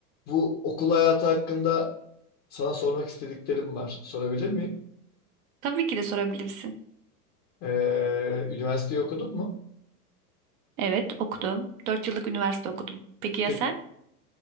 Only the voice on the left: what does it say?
Bu okul hayatı hakkında sana sormak istediklerim var. Sorabilir miyim?
Ee, üniversiteyi okudun mu?
Pek